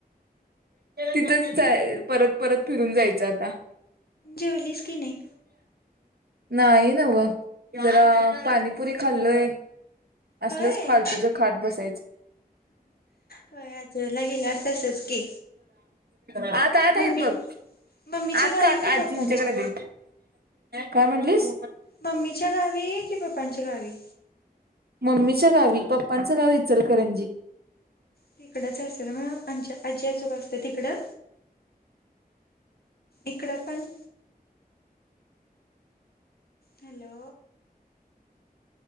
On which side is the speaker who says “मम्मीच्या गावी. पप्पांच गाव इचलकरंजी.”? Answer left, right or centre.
Right